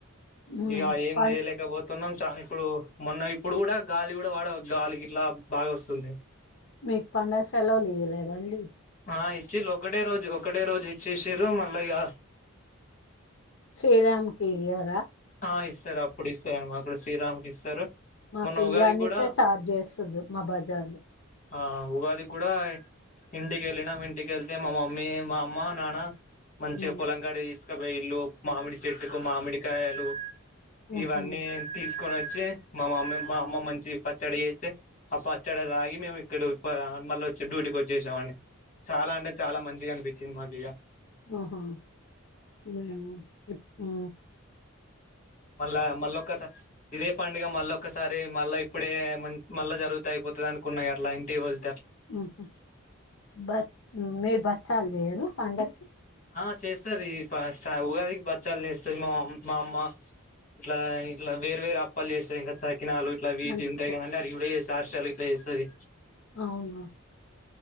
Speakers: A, on the left; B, on the left.
A: ప
B: ఇగ ఏం చేయలేకపోతున్నాం చానా ఇప్పుడు మొన్న ఇప్పుడు కూడా గాలి కూడా వడ గాలి గిట్లా బాగ వస్తుంది
A: మీక్ పండగ సెలవలు ఇయలేదండి
B: ఆ ఇచిల్లు ఒకటే రోజు ఒకటే రోజు ఇచ్చేసిర్రు మల్ల ఇగ
A: శ్రీరాంకి ఇయర
B: ఆ ఇస్తారు అప్పుడు ఇస్తార్ మాక్ ఇస్ టీరామ్ కి ఇస్తారు
A: మా
B: మొన్న
A: పియానీకే
B: ఉగాదికి కూడా
A: సాట్ జేస్తుంది మా బజార్ లో
B: ఆ ఉగాదిక్ కూడా ఇంటికి ఎల్లినం ఇంటికెళ్తే మా మమ్మీ మా అమ్మ నాన మంచిగ
A: ఉమ్,
B: పొలంకాడ తీస్ కబొయిల్లు మామిడి చెట్టుకు మామిడికాయ లు
A: ఉహు
B: ఇవన్నీ తీసుకొనొ వచ్చి మా మమ్మీ మా అమ్మ మంచి పచ్చడి చేస్తే ఆ పచ్చడి తాగి మేము ఇక్కడ ఒస్తా మళ్ళీ వచ్చి డ్యూటీకి వచ్చేశాం అండి చాలా అంటే చాలా మంచిగా అనిపి తిన్ మాకీగా
A: ఓహో ఊ ఉఊ
B: మళ్ళా మళ్ళ ఒక్కసా ఇదే ప డుగా మళ్ళ ఒకసారి మళ్ళ ఇప్పుడే మ మళ్ళ జరుగుతె అయిపోతది అనుకున్న ఇగ అట్లా ఇంటి రోజ్
A: ఉహు బట్ మీ బచ్ స్తంది కద పండకి
B: ఆ చేస్తారు ఈ ప స ఉగాదికి పచ్చళ్ళు చేస్తాది. మా ఆ మా అమ్మ ఇట్ల ఇట్ల వేరు వేరు అప్పాల్ చేస్తాది. ఇంకా లాలు ఇట్ల వీటియి
A: మంచి
B: ఉంటాయి. కద అండి అది కూడా చేస్ అర్షలు గిట్ల చేస్తది.
A: అవును